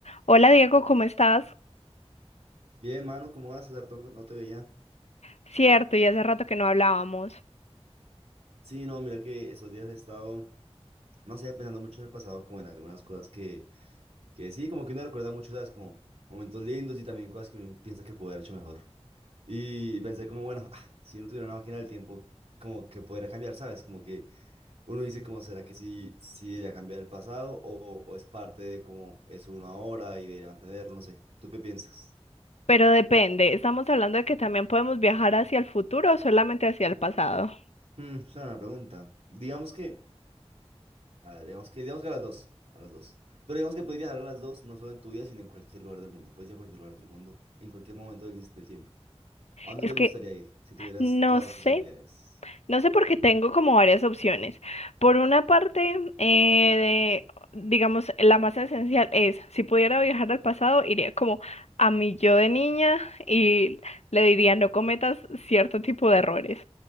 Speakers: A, on the left; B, on the right.
A: Hola Diego, ¿cómo estás?
B: Bien, mano, ¿cómo vas, César? Tanto No no te veía.
A: Cierto, y hace rato que no hablábamos,
B: Sí, no, mira que estos días he estado, no sé, pensando mucho en el pasado, como en algunas cosas que, que sí, como que uno recuerda mucho, ¿sabes? Como momentos lindos y también cosas que uno piensa que pudo haber hecho mejor. Y pensé como, bueno, ah, si uno tuviera una máquina del tiempo, como que podría cambiar, ¿sabes? Como que uno dice, como, ¿será que sí, sí debería cambiar el pasado o, o es parte de cómo es uno ahora y debería mantenerlo? No sé, ¿tú qué piensas?
A: pero depende, ¿estamos hablando de que también podemos viajar hacia el futuro o solamente hacia el pasado?
B: Hmm, es una buena pregunta. Digamos que... A ver, digamos que, digamos que a las dos, a las dos. Pero digamos que puedes viajar a las dos, no solo en tu vida, sino en cualquier lugar del mundo. Puedes ir a cualquier lugar del mundo, en cualquier momento del, ins- del tiempo. ¿A dónde
A: Es
B: te gustaría
A: que
B: ir si tuvieras
A: no
B: todas
A: sé,
B: las posibilidades?
A: no sé porque tengo como varias opciones. Por una parte, eh, de- digamos, la más esencial es, si pudiera viajar al pasado, iría como a mi yo de niña y le diría, no cometas cierto tipo de errores.